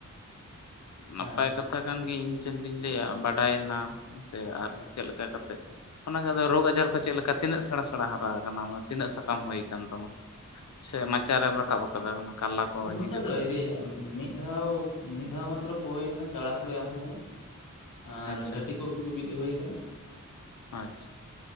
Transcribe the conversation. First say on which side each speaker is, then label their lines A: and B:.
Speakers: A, on the left (about 60°); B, on the left (about 85°).
A: ᱱᱟᱯᱟᱭ
B: ᱦᱮᱸ
A: ᱠᱟᱛᱦᱟ ᱠᱟᱛᱷᱟ ᱠᱟᱱ ᱜᱮ ᱤᱧ ᱛᱤᱧ ᱞᱟᱹᱭᱟ ᱵᱟᱰᱟᱭᱮᱱᱟᱸ ᱥᱮ ᱟᱨ ᱪᱮᱫ ᱞᱮᱠᱟ ᱠᱟ ᱠᱟᱛᱮᱫ ᱚᱱᱟ ᱜᱮ ᱟᱫᱚ ᱨᱳᱜᱽ ᱟᱡᱟᱨ ᱠᱚ ᱪᱮᱫᱞᱮᱠᱟ ᱛᱤᱱᱟᱹᱜ ᱥᱮᱬᱟ ᱥᱮᱬᱟ ᱦᱟᱨᱟ ᱟᱠᱟᱱᱟ ᱛᱤᱱᱟᱹᱜ ᱥᱟᱠᱟᱢ ᱦᱩᱭ ᱠᱟᱱ ᱛᱟᱢᱟ? ᱥᱮ ᱢᱟᱪᱟᱨᱮᱢ ᱨᱟᱠᱟᱵ ᱟᱠᱟᱫᱟ ᱚᱱᱟ ᱠᱟᱨᱞᱟ ᱠᱚ?
B: ᱩᱱᱟᱹᱜᱴᱟ
A: ᱡᱷᱤᱸᱜᱟᱹ
B: ᱫᱚ
A: ᱠᱚ
B: ᱟᱣᱨᱤ ᱭᱟᱜ-ᱟ ᱢᱤᱫ ᱫᱷᱟᱣ ᱢᱤᱫ ᱫᱷᱟᱣ ᱢᱟᱛᱨᱚ ᱯᱳ ᱦᱩᱭ ᱟᱠᱟᱱᱟ ᱪᱟᱲᱟ ᱠᱩᱲᱟ. ᱮᱢ ᱦᱩᱭ ᱟᱠᱟᱱᱟ᱾ ᱟᱨ
A: ᱟᱪᱪᱷᱟ
B: ᱡᱷᱟᱹᱴᱤ ᱠᱚ ᱥᱩᱫᱩ ᱵᱤᱫ ᱦᱚᱭ ᱟᱠᱟᱱᱟ᱾
A: ᱟᱪᱪᱷᱟ